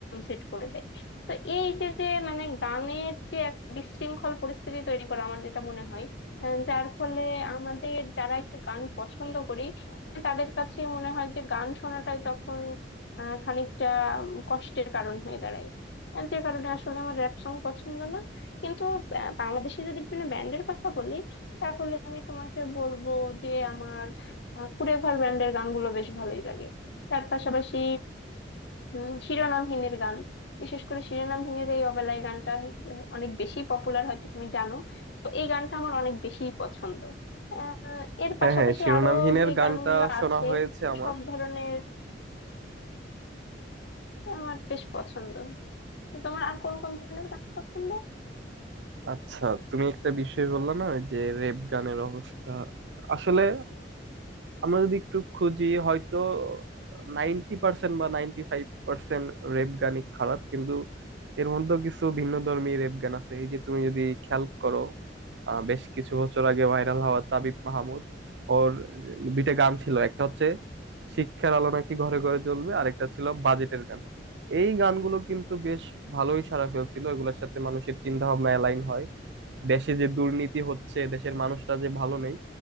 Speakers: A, on the left; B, on the right.
A: সেট করে দেয় তো এই যে যে মানে গানের যে একটা বিশৃঙ্খল পরিস্থিতি তৈরি করা আমার যেটা মনে হয় আহ যার ফলে আমাদের যারা একটু গান পছন্দ করি তাদের কাছে মনে হয় যে গান শোনাটাই তখন আহ, খানিকটা উম, কষ্টের কারণ হয়ে দাঁড়ায় আর যে কারণে আসলে আমার র্যাপ সং পছন্দ না কিন্তু আহ, বাংলাদেশে যদি বিভিন্ন ব্যান্ডের কথা বলি তাহলে আমি তোমাকে বলবো যে আমার আহ, কুড়ে ঘর ব্যান্ডের গানগুলো বেশ ভালোই লাগে তার পাশাপাশি উম, শিরোনামহীনের গান বিশেষ করে শিরোনামহীনের এই অবেলায় গানটা আহ, অনেক বেশি পপুলার হয়তো তুমি জানো তো এই গানটা আমার অনেক বেশি পছন্দ আহ, এর
B: হ্যাঁ
A: পাশাপাশি
B: হ্যাঁ শিরোনামহীনের
A: আরো যে
B: গানটা
A: গানগুলো
B: শোনা
A: আছে
B: হয়েছে
A: তো
B: আমার
A: সব ধরনের আমার বেশ পছন্দ তো তোমার আর কোন কোন ধরনের গান পছন্দ
B: আচ্ছা তুমি একটা বিষয় বললে না ওই যে রেপ গানের অবস্থা আসলে আমরা যদি একটু খুঁজি হয়তো নাইনটি পার্সেন্ট বা নাইনটি ফাইভ পার্সেন্ট রেপ গানই খারাপ কিন্তু এর মধ্যেও কিছু ভিন্নধর্মী রেপ গান আছে এই যে তুমি যদি খেয়াল করো আহ, বেশ কিছু বছর আগে ভাইরাল হওয়া তাবিব মাহমুদ ওর দুইটা গান ছিল একটা হচ্ছে শিক্ষার আলো নাকি ঘরে ঘরে জ্বলবে আরেকটা ছিল বাজেটের গান এই গানগুলো কিন্তু বেশ ভালোই সাড়া ফেলছিল এগুলোর সাথে মানুষের চিন্তা ভাবনা অ্যালাইন হয় দেশে যে দুর্নীতি হচ্ছে দেশের মানুষরা যে ভালো নেই